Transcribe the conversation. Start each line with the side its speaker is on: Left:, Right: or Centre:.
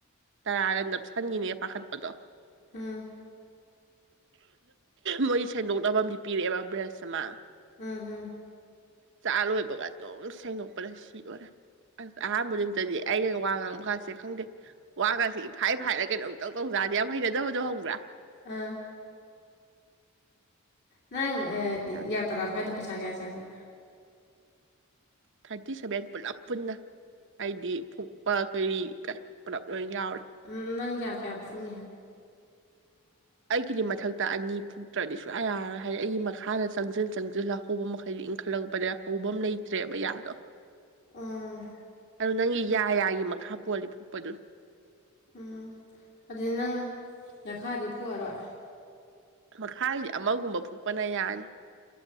Right: ꯇꯔꯥꯔ ꯅꯞꯁꯟꯈꯤꯅꯦ ꯄꯥꯈꯠꯄꯗꯣ
Left: ꯎꯝ
Right: ꯃꯣꯏ ꯁꯦꯡꯗꯣꯛꯅꯕ ꯑꯃꯗꯤ ꯄꯤꯔꯛꯑꯦꯕ ꯕ꯭ꯔꯁ ꯑꯃ
Left: ꯎꯝ ꯎꯝ
Right: ꯆꯥ ꯂꯣꯏꯕꯒ ꯑꯗꯨꯝ ꯁꯦꯡꯗꯣꯛꯄꯗ ꯁꯤꯗꯣꯔꯦ ꯑꯁ ꯑꯍꯥꯟꯕ ꯅꯨꯃꯤꯠꯇꯗꯤ ꯑꯩꯅ ꯋꯥ ꯉꯥꯡꯕꯥꯥꯀꯥꯁꯦ ꯈꯪꯗꯦ ꯋꯥꯒꯁꯤ ꯐꯥꯏ ꯐꯥꯏꯔ ꯀꯩꯅꯣꯝ ꯏꯇꯧ ꯇꯧꯖꯥꯅꯤ ꯌꯥꯝ ꯍꯩꯅꯗꯕꯗꯣ ꯈꯪꯕ꯭ꯔꯥ
Left: ꯑꯥ ꯅꯪ
Right: ꯌꯥꯝ
Left: ꯌꯥ
Right: ꯍꯩꯅꯗꯦ
Left: ꯇꯔꯥ ꯐꯏꯗꯣ ꯄꯩꯁꯥ ꯀꯌꯥ ꯆꯪꯉꯦ
Right: ꯊꯥꯔꯇꯤ ꯁꯚꯦꯟ ꯄꯨꯂꯞ ꯄꯨꯟꯅ ꯍꯥꯏꯗꯤ ꯐꯨꯛꯄ ꯀꯔꯤ ꯀ ꯄꯨꯂꯞ ꯂꯣꯏꯅ ꯌꯥꯎꯔꯦ
Left: ꯎꯝ ꯅꯪ ꯌꯥ ꯀꯌꯥ ꯐꯨꯛꯅꯤ ꯍꯥꯏ <inaudible>
Right: ꯑꯩꯒꯤꯗꯤ ꯃꯊꯛꯇ ꯑꯅꯤ ꯐꯨꯛꯇ꯭ꯔꯗꯤ ꯁꯨꯡꯌꯥꯔꯣꯏ ꯍꯥꯏꯗꯤ ꯑꯩꯒꯤ ꯃꯈꯥꯗ ꯆꯪꯁꯤꯟ ꯆꯪꯁꯤꯜꯍꯣꯑꯣ ꯍꯧꯕ ꯃꯈꯩꯗꯨ ꯏꯟꯈꯠꯂꯛꯄꯗ ꯍꯧꯕꯝ ꯂꯩꯇ꯭ꯔꯦꯕ ꯌꯥꯗꯣ
Left: ꯑꯝ
Right: ꯑꯗꯨ ꯅꯪꯒꯤ ꯌꯥ ꯌꯥꯒꯤ ꯃꯈꯥ ꯄꯣꯜꯂꯤ ꯐꯨꯛꯄꯗꯨ
Left: ꯎꯝ ꯑꯗꯨꯗꯤ ꯅꯪ ꯌꯥꯈꯥꯗꯤ ꯐꯑꯔꯣꯏ
Right: ꯃꯈꯥꯒꯤꯗꯤ ꯑꯃꯒꯨꯝꯕ ꯐꯨꯛꯄꯅ ꯌꯥꯅꯤ